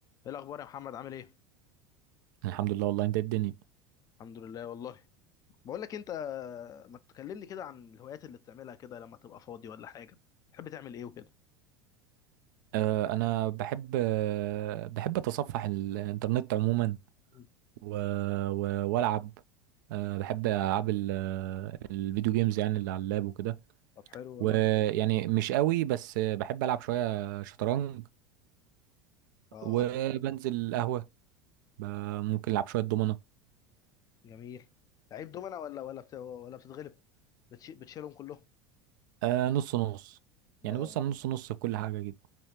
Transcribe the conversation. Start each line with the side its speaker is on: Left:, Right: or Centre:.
Left: ايه الاخبار يا محمد عامل ايه
Right: الحمد لله والله انت ايه الدنيا
Left: الحمد لله والله بقول لك انت ما تكلمني كده عن الهوايات اللي بتعملها كده لما تبقى فاضي ولا حاجه تحب تعمل ايه وكده
Right: آه انا بحب آه بحب اتصفح الانترنت عموما
Left: مم.
Right: و... و... والعب آه بحب العاب ال... آه، الفيديو جيمز يعني اللي على اللاب وكده
Left: طب حلو والله
Right: ويعني مش قوي بس آه، بحب العب شويه شطرنج
Left: اه
Right: وبنزل قهوه ب... ممكن العب شويه دومنه
Left: جميل لعيب دومنا ولا ولا بت... ولا بتتغلب بتش... بتشيلهم كلهم
Right: آه نص نص
Left: اه
Right: يعني بص انا نص نص في كل حاجه جدا